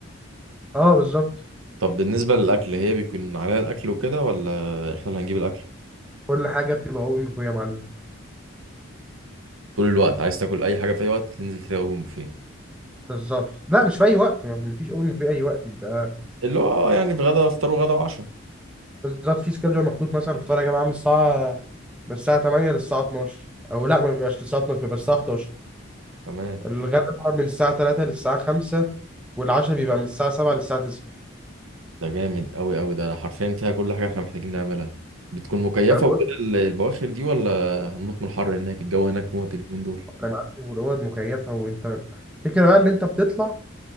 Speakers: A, in the centre; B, on the right (about 80°).
A: اه بالظبط
B: طب بالنسبه للاكل هي بيكون عليها الاكل وكده ولا احنا اللي هنجيب الاكل
A: كل حاجة بتبقى أوبن بوفيه يا معلم
B: طول الوقت عايز تاكل اي حاجه في اي وقت تنزل تلاقي اوبن بوفيه
A: بالظبط لا مش في أي وقت ما فيش أوبن بوفيه أي وقت يبقى
B: اللي هو يعني في غدا افطار وغدا وعشاء
A: بالظبط في سكادجول محطوط مثلا الفطار يا جماعه من الساعه من الساعه 8 للساعه 12 او لا ما بيبقاش للساعه 12 بيبقى الساعه 11
B: تمام
A: الغدا بقى من الساعه 3 للساعه 5 والعشاء بيبقى من الساعه 7 للساعه 9
B: ده جامد قوي قوي ده حرفيا فيها كل حاجة احنا محتاجين نعملها بتكون مكيفة
A: ما انا بقول
B: وكده
A: لك،
B: ال- البواخر دي ولا هنموت من الحر هناك الجو هناك موت اليومين دول
A: انا معاك والاوض مكيفه وانت الفكره بقى اللي انت بتطلع